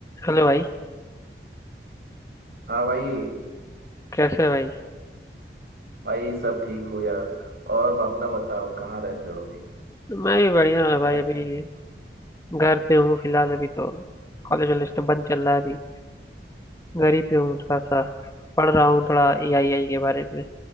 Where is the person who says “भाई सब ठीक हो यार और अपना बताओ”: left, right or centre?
Right